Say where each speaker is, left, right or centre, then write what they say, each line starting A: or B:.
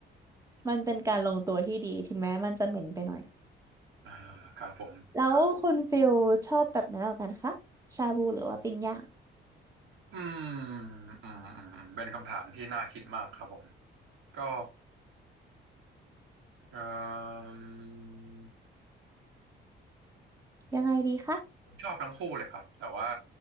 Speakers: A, on the right; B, on the right.
A: มันเป็นการลงตัวที่ดีถึงแม้มันจะเหม็นไปหน่อย
B: อ่าครับผม
A: แล้วคุณฟิลชอบแบบไหนมากกว่ากันคะชาบูหรือว่าปิ้งย่าง
B: อืมอืมอืมเป็นคำถามที่น่าคิดมากครับผมก็เอ่ม
A: ยังไงดีคะ
B: ผมชอบทั้งคู่เลยครับแต่ว่า